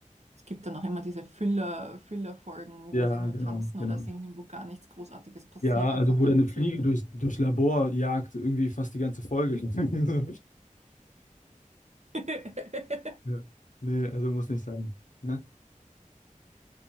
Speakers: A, on the right; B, on the left.
A: Es gibt dann auch immer diese Füller, Füller-Folgen,
B: Ja,
A: wo sie nur
B: genau,
A: tanzen
B: genau.
A: oder singen, wo gar nichts Großartiges passiert,
B: Ja,
A: einfach
B: also
A: damit
B: wo der eine Fliege
A: sie.
B: durch, durch Labor jagt, irgendwie fast die ganze Folge. <laughs>
A: <laughs>
B: So. Ja. Nee, also muss nicht sein. Ne?